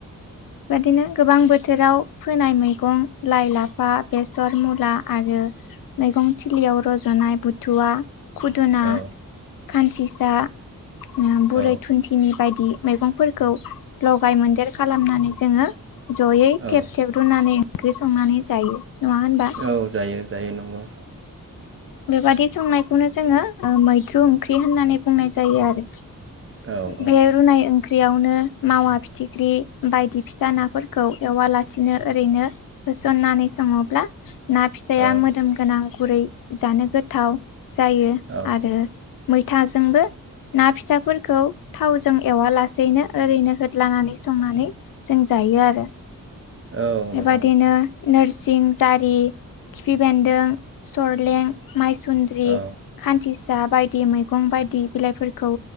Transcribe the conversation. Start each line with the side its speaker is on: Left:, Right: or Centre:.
Left: बेादिनो गोबां बोथोराव फोनाय मैगं लाइ लाफा बेसर मुला आरो मैगं थिलियाव रज'नाय बुथुवा खुदुना
Right: औ
Left: खानसिसा ओ बुरै
Right: औ
Left: थुन्थिनि बायदि मैगंफोरखौ लगाय मोनदेर खालामनानै जोङो जयै
Right: औ
Left: थेब थेब रुनानै ओंख्रि संनानै जायो नङा होनबा
Right: औ जायो जायो नंगौ
Left: बेबादि संनायखौनो जोंङो ओ मैद्रु ओंख्रि होननानै बुंनाय जायो आरो
Right: औ
Left: बे
Right: औ
Left: रुनाय ओं फिख्रियावनो मावा फिथिख्रि बायदि फिसा नाफोरखौ एवालासिनो ओरैनो होसननानै सङोब्ला ना फिसाया
Right: औ
Left: मोदोम गोनां गुरै जानो गोथाव जायो
Right: औ
Left: आरो मैथाजोंबो ना फिसाफोरखौ थावजों एवा लासेैनो ओरैनो होदलानानै संनानै जों जायो आरो
Right: औ
Left: बेबादिनो
Right: नंगौ नंगौ
Left: नोरसिं जारि खिफि बेन्दों सरलें माइसुन्द्रि
Right: औ
Left: खान्थिसा बायदि मैगं बायदि बिलाइफोरखौ